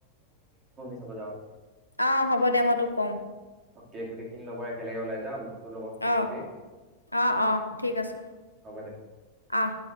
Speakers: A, on the right; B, on the left.
A: যাওঁ <unintelligible>
B: আহ হ'ব দে মই তো কম।
A: অকে গোটেইখিনি লগৰ একেলগে ওলাই যাম তোৰ লগৰখিনিকো
B: অহ-অহ-অহ
A: কবি
B: ঠিক আছে,
A: হ'ব দে
B: আহ।